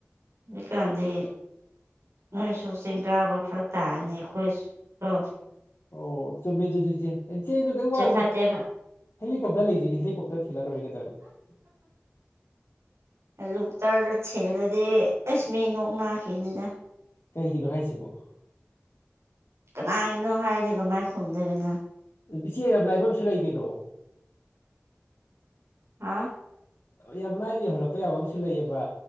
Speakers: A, on the right; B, on the left.
A: ꯍꯧꯖꯤꯛꯀꯥꯟꯗꯤ ꯅꯣꯏꯁꯨ ꯆꯤꯡ ꯇꯥꯕ ꯈꯔ ꯇꯥꯔꯅꯤ ꯑꯩꯈꯣꯏ ꯑ
B: ꯑꯣ ꯆꯨꯝꯃꯦ ꯑꯗꯨꯁꯨ ꯏꯆꯦ ꯏꯆꯦꯅꯣ ꯀꯔꯤ ꯋꯥꯔꯨꯅꯣ
A: ꯐꯠꯇꯦꯕ
B: ꯍꯦꯂꯤꯀꯣꯞꯇꯔ ꯂꯩꯁꯤꯦꯗꯤ ꯍꯦꯂꯤꯀꯣꯞꯇꯔ ꯊꯤꯜꯂ ꯂꯣꯏꯔꯒꯗꯧꯔꯣꯦ <unintelligible>
A: ꯂꯨ ꯇꯔꯗ ꯊꯜꯂꯗꯤ ꯑꯁ ꯃꯤ ꯅꯣꯛ ꯅꯥꯈꯤꯅꯤꯗ
B: ꯀ ꯍꯒꯤꯗꯣ ꯍꯥꯏꯥꯏꯁꯤꯕꯨꯣ
A: ꯀꯅꯥꯒꯤꯅꯣ ꯍꯥꯏꯔꯗꯤ ꯀꯃꯥꯏꯅ ꯐꯪꯗꯣꯏꯕꯅꯣ
B: ꯏꯆꯦ ꯌꯥꯝ ꯂꯥꯏꯕ ꯑꯃꯁꯨ ꯂꯩ ꯀꯩꯅꯣ
A: ꯍꯥꯥ
B: ꯌꯥꯝ ꯂꯥꯏꯅ ꯌꯧꯍꯜꯂꯛꯄ ꯌꯥꯕ ꯑꯃꯁꯨ ꯂꯩꯑꯕ